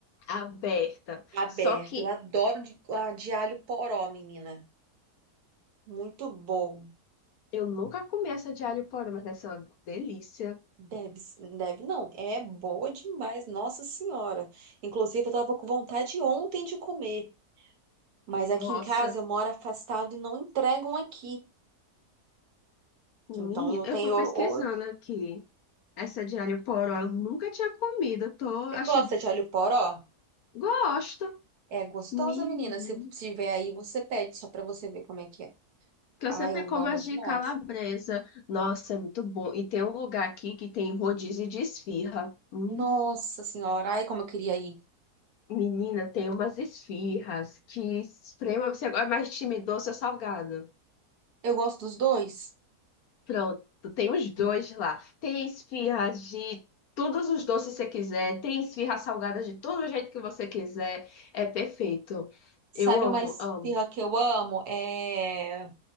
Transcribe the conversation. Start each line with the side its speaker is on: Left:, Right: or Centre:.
Left: Aberta.
Right: Aberta.
Left: Só que
Right: Eu adoro de, a de alho poró, menina. Muito bom.
Left: eu nunca comi essa de alho poró, mas essa é uma delícia.
Right: Deve, s- deve não. É boa demais, Nossa Senhora. Inclusive, eu tava com vontade ontem de comer. Mas aqui
Left: Nossa,
Right: em casa eu moro afastado e não entregam aqui.
Left: menina,
Right: Então eu tenho.
Left: eu tô pesquisando
Right: Ou,
Left: aqui. Essa de alho poró, eu nunca tinha comido, eu tô,
Right: você
Left: achei,
Right: gosta de alho poró?
Left: gosto.
Right: É gostosa,
Left: Menino.
Right: menina. Se tiver aí, você pede só pra você ver como é que é.
Left: Que
Right: Ai,
Left: eu sempre
Right: eu
Left: como
Right: amo
Left: as
Right: demais.
Left: de calabresa. Nossa, é muito bom. E tem um lugar aqui que tem rodízio de esfirra. Hum.
Right: Nossa Senhora. Ai, como eu queria ir.
Left: Menina, tem umas esfirras que esprema. Você agora é mais time doce ou salgado?
Right: Eu gosto dos dois.
Left: Pronto, tem os dois lá. Tem esfirras de todos os doces que você quiser. Tem esfirra salgada de todo jeito que você quiser. É perfeito.
Right: Sabe
Left: Eu amo,
Right: uma esfirra
Left: amo.
Right: que eu amo? É